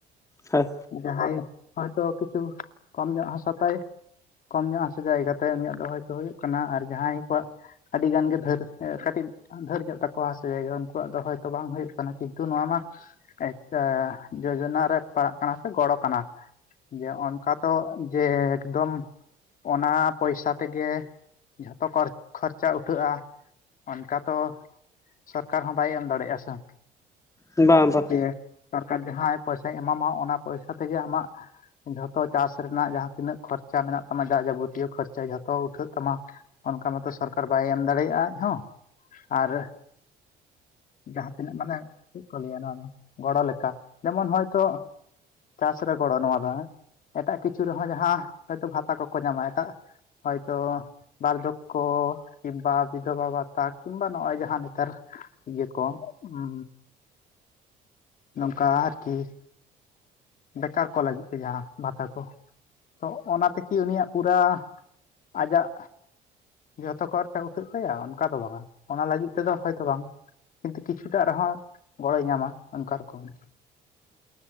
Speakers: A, on the left; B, on the left.
A: ᱦᱮ᱾
B: ᱡᱟᱦᱟᱸᱭ ᱦᱚᱭᱛᱚ ᱠᱤᱪᱷᱩ ᱠᱚᱢ ᱧᱚᱜ ᱦᱟᱥᱟ ᱛᱟᱭ ᱠᱚᱢ ᱧᱚᱜ ᱦᱟᱥᱟ ᱡᱟᱭᱜᱟᱛᱮ ᱩᱱᱤᱭᱟᱜ ᱫᱚ ᱦᱚᱭᱛᱚ ᱦᱩᱭᱩᱜ ᱠᱟᱱᱟ, ᱟᱨ ᱡᱟᱦᱟᱸᱭ ᱠᱚᱣᱟᱜ ᱟᱹᱰᱤ ᱜᱟᱱ ᱜᱮ ᱫᱷᱟᱹᱨ ᱮ ᱠᱟᱹᱴᱤᱱ ᱫᱷᱟᱹᱨ ᱧᱚᱜ ᱛᱟᱠᱚᱣᱟ ᱥᱮ ᱡᱟᱭᱜᱟ ᱩᱱᱠᱩᱣᱟᱜ ᱫᱚ ᱦᱚᱭᱛᱚ ᱵᱟᱝ ᱦᱩᱭᱩᱜ ᱠᱟᱱᱟ, ᱠᱤᱱᱛᱩ ᱱᱚᱣᱟ ᱢᱟ ᱮᱠᱠᱟ ᱡᱳᱡᱚᱱᱟ ᱨᱮ ᱯᱟᱲᱟᱜ ᱠᱟᱱᱟ ᱥᱮ ᱜᱚᱲᱚ ᱠᱟᱱᱟ, ᱡᱮ ᱚᱱᱠᱟ ᱛᱚ ᱡᱮ ᱮᱠᱫᱚᱢ ᱚᱱᱟ ᱯᱚᱭᱥᱟ ᱛᱮᱜᱮ ᱡᱷᱚᱛᱚ ᱠᱚᱨ-ᱠᱷᱚᱨᱪᱟ ᱩᱴᱷᱟᱹᱜᱼᱟ᱾ ᱚᱱᱠᱟ ᱛᱚ ᱥᱚᱨᱠᱟᱨ ᱦᱚᱸ ᱵᱟᱭ ᱮᱢ ᱫᱟᱲᱮᱭᱟᱜᱼᱟ ᱥᱮ᱾
A: ᱵᱟᱝ ᱵᱟᱝ
B: ᱡᱮ ᱥᱚᱨᱠᱟᱨ ᱡᱟᱦᱟᱸᱭ ᱯᱚᱭᱥᱟᱭ ᱮᱢᱟᱢᱟ ᱚᱱᱟ ᱯᱚᱭᱥᱟ ᱛᱮᱜᱮ ᱟᱢᱟᱜ ᱡᱷᱚᱛᱚ ᱪᱟᱥ ᱨᱮᱱᱟᱜ ᱡᱟᱦᱟᱸ ᱛᱤᱱᱟᱹᱜ ᱠᱷᱚᱨᱪᱟ ᱢᱮᱱᱟᱜ ᱛᱟᱢᱟ ᱡᱟ ᱡᱟᱵᱚᱛᱤᱭᱚ ᱠᱷᱚᱨᱪᱟ ᱡᱷᱚᱛᱚ ᱩᱴᱷᱟᱹᱜ ᱛᱟᱢᱟ᱾ ᱚᱱᱠᱟ ᱢᱟᱛᱚ ᱥᱚᱨᱠᱟᱨ ᱵᱟᱭ ᱮᱢ ᱫᱟᱲᱮᱭᱟᱜᱼᱟ ᱟᱡ ᱦᱚᱸ, ᱟᱨ ᱡᱟᱦᱟᱸ ᱛᱤᱱᱟᱹᱜ ᱢᱟᱱᱮ ᱪᱤᱜ ᱠᱚ ᱞᱟᱹᱭᱟ ᱱᱚᱣᱟ ᱫᱚ? ᱜᱚᱲᱚ ᱞᱮᱠᱟ ᱡᱮᱢᱚᱱ ᱦᱚᱭᱛᱚ ᱪᱟᱥ ᱨᱮ ᱜᱚᱲᱚ ᱱᱚᱣᱟ ᱫᱚ ᱦᱮᱸ, ᱮᱴᱟᱜ ᱠᱤᱪᱷᱩ ᱨᱮᱦᱚᱸ ᱡᱟᱦᱟᱸ ᱦᱚᱭᱛᱚ ᱵᱷᱟᱛᱟ ᱠᱚᱠᱚ ᱧᱟᱢᱟ ᱮᱴᱟᱜ ᱦᱚᱭᱛᱚ᱾ ᱵᱟᱨᱫᱷᱚᱠᱚ ᱠᱤᱢᱵᱟ ᱵᱤᱫᱷᱚᱵᱟ ᱵᱷᱟᱛᱟ ᱠᱤᱝᱵᱟ ᱱᱚᱜᱼᱚᱭ ᱡᱟᱦᱟᱸ ᱱᱮᱛᱟᱨ ᱤᱭᱟᱹ ᱠᱚ ᱩᱸᱻ ᱱᱚᱝᱠᱟ ᱟᱨᱠᱤ ᱾ ᱵᱮᱠᱟᱨ ᱠᱚ ᱞᱟᱹᱜᱤᱫ ᱛᱮ ᱡᱟᱦᱟᱸ ᱵᱷᱟᱛᱟ ᱠᱚ ᱾ ᱛᱚ ᱚᱱᱟ ᱛᱮᱠᱤ ᱩᱱᱤᱭᱟᱜ ᱯᱩᱨᱟ, ᱟᱡᱟᱜ ᱡᱚᱛᱚ <unintelligible> ᱩᱛᱟᱹᱜ ᱛᱟᱭᱟ ᱚᱱᱠᱟ ᱫᱚ ᱵᱟᱝᱟ ᱚᱱᱟ ᱞᱟᱹᱜᱤᱫ ᱛᱮᱫᱚ ᱦᱚᱭᱛᱚ ᱵᱟᱝ ᱠᱤᱱᱛᱩ ᱠᱤᱪᱷᱩᱴᱟᱜ ᱨᱮᱦᱚᱸ ᱜᱚᱲᱚᱭ ᱧᱟᱢᱟ ᱚᱱᱠᱟ ᱨᱚᱠᱚᱢ ᱾